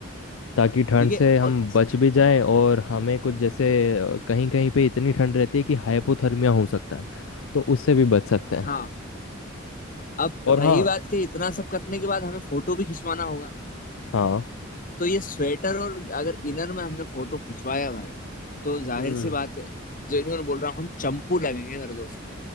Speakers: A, on the left; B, on the left.
A: ताकि ठंड
B: ठीक है
A: से हम
B: और
A: बच भी जाएं और हमें कुछ जैसे कहीं कहीं पे इतनी ठंड रहती है कि हाइपोथर्मिया हो सकता है तो उससे भी बच सकते
B: हाँ
A: हैं
B: अब
A: और
B: रही
A: हाँ
B: बात के इतना सब करने के बाद हमें फोटो भी खिंचवाना होगा
A: हाँ
B: तो ये स्वेटर और अगर इनर में हमने फोटो खिंचवाया भाई तो जाहिर
A: हम्म।
B: सी बात है जेन्युइन बोल रहा हूँ हम चंपू लगेंगे मेरे दोस्त